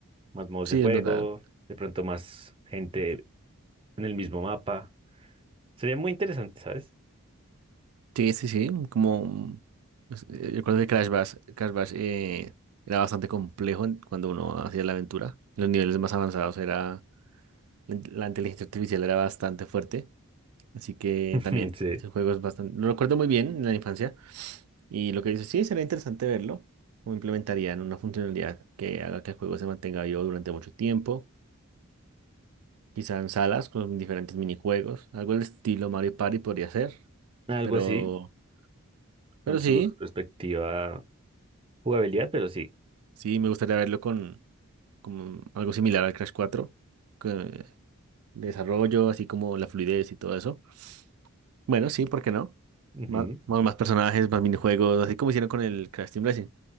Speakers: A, on the right; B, on the right.
A: Más modos
B: sí,
A: de juego,
B: es verdad.
A: de pronto más gente en el mismo mapa. Sería muy interesante, ¿sabes?
B: Sí, sí, sí, como pues, eh, yo recuerdo que Crash Bash, Crash Bash eh, era bastante complejo en- cuando uno hacía la aventura. Los niveles más avanzados era la, in- la inteligencia artificial era bastante fuerte, así que
A: <laughs>
B: también
A: Sí.
B: ese juego es bastante lo recuerdo muy bien en la infancia y lo que dices, sí, sería interesante verlo cómo implementarían una funcionalidad que haga que el juego se mantenga vivo durante mucho tiempo, quizá en salas con diferentes minijuegos, algo del estilo Mario Party podría ser,
A: Algo
B: pero
A: así,
B: pero
A: con
B: sí.
A: su respectiva jugabilidad, pero sí.
B: Sí, me gustaría verlo con, como algo similar al Crash 4 que- desarrollo, así como la fluidez y todo eso. Bueno, sí, ¿por qué no?
A: Ujú.
B: Má- Más, más personajes, más minijuegos, así como hicieron con el Crash Team Racing.